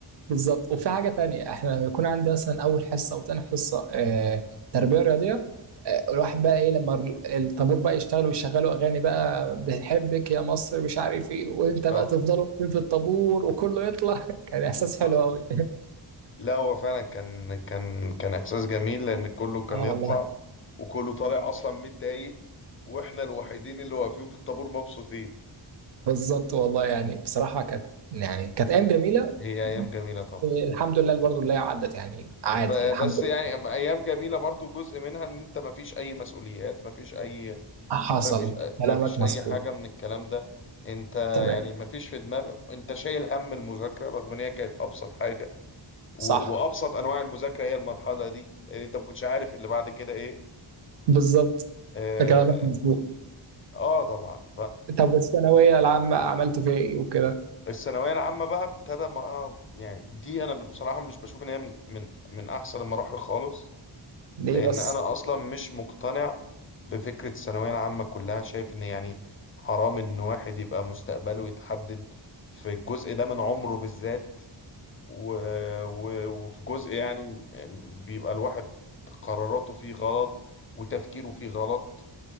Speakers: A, on the right; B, on the left.
A: بالظبط وفي حاجة تانية احنا لما يكون عندي مثلا أول حصة أو تاني حصة آه، تربية رياضية آه، الواحد بقى إيه لما الطابور بقى يشتغل ويشغلوا أغاني بقى بنحبك يا مصر مش عارف إيه وأنت
B: اه
A: بقى تفضلوا واقفين في الطابور وكله يطلع <laughs> كان إحساس
B: بالظبط
A: حلو أوي
B: لا هو فعلا كان كان كان احساس جميل لان كله كان
A: اه
B: يطلع
A: والله
B: وكله طالع اصلا متضايق واحنا الوحيدين اللي واقفين في الطابور مبسوطين
A: بالظبط والله يعني بصراحة كانت يعني كانت أيام جميلة
B: هي ايام جميله طبعا
A: آه، الحمد لله برضه اللي هي عدت يعني عادي
B: ب-
A: الحمد
B: بس
A: لله
B: يعني أم- ايام جميله برضو جزء منها ان انت مفيش اي مسؤوليات مفيش اي
A: حصل
B: مفيش أ-
A: كلامك
B: مفيش
A: مظبوط
B: اي حاجه من الكلام ده انت
A: تمام
B: يعني مفيش في دماغك انت شايل هم المذاكره رغم ان هي كانت ابسط حاجه
A: صح
B: و- وابسط انواع المذاكره هي المرحله دي لان انت ما كنتش عارف اللي بعد كده ايه
A: بالظبط
B: آه،
A: كلامك مظبوط
B: اه طبعا
A: طب والثانوية العامة عملت فيها ايه وكده
B: فالثانويه العامه بقى ابتدى بقى يعني دي انا بصراحه مش بشوف ان هي من من من احسن المراحل خالص
A: ليه
B: لان
A: بس
B: انا اصلا مش مقتنع بفكره الثانويه العامه كلها شايف ان يعني حرام ان واحد يبقى مستقبله يتحدد في الجزء ده من عمره بالذات و... و... وفي جزء يعني بيبقى الواحد قراراته فيه غلط وتفكيره فيه غلط